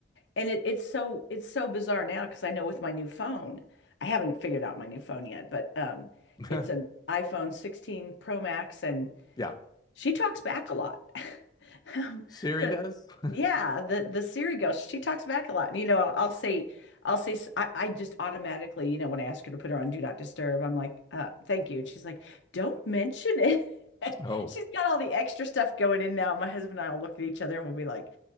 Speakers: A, on the left; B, on the left.
A: And it, it's so it's so bizarre now because I know with my new phone, I haven't figured out my new phone yet, but um,
B: <laughs>
A: it's an iPhone 16 Pro Max, and
B: Yeah.
A: she talks back a lot. <laughs> Um,
B: Siri
A: the
B: does? <laughs>
A: yeah, the the Siri girl, she talks back a lot, and you know, I'll say, I'll say, s- I, I just automatically, you know, when I ask her to put her on Do Not Disturb, I'm like, uh, thank you, and she's like, don't mention it. <laughs>
B: Oh,
A: She's got all the extra stuff going in now. My husband and I will look at each other and we'll be like,